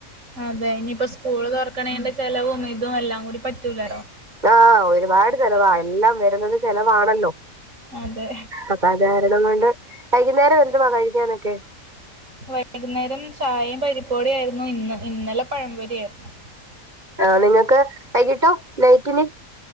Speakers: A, on the right; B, on the right.
A: അതെ ഇനിയിപ്പോ സ്കൂള് തൊറക്ക്ണെന്റെ ചെലവും ഇതും എല്ലാം കൂടി പറ്റൂലല്ലോ.
B: ആഹ് ഒരുപാട് ചെലവാ എല്ലാം വരുന്നത് ചെലവാണല്ലോ.
A: അതെ
B: അപ്പ അതാ രണം കൊണ്ട്. വൈകുന്നേരം എന്തുവാ കഴിക്കാനൊക്കെ?
A: വൈകുന്നേരം ചായേം പരിപ്പ് വടേയിരുന്നു ഇന്ന് ഇന്നലെ പഴംപൊരിയായിരുന്നു.
B: ആഹ് നിങ്ങക്ക് വൈകിട്ടോ നൈറ്റിന്?